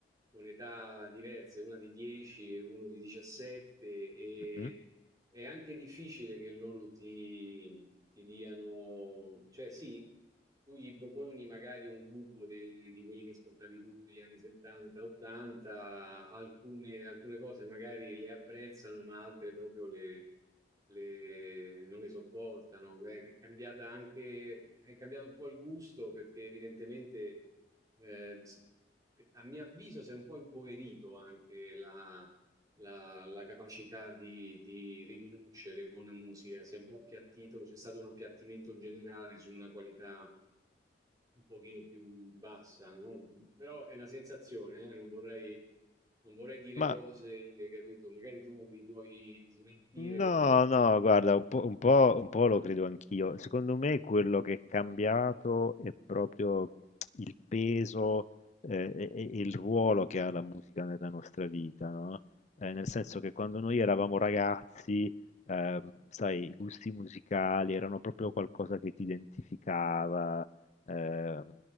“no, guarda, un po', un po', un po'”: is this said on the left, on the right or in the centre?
Left